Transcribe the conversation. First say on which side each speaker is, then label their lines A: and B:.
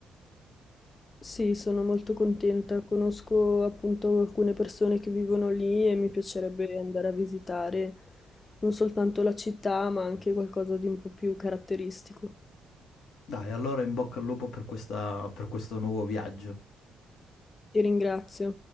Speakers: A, on the left (about 30°); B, on the left (about 75°).
A: Sì, sono molto contenta. Conosco appunto alcune persone che vivono lì e mi piacerebbe andare a visitare non soltanto la città, ma anche qualcosa di un po' più caratteristico.
B: Dai, allora in bocca al lupo per questa- per questo nuovo viaggio.
A: Ti ringrazio.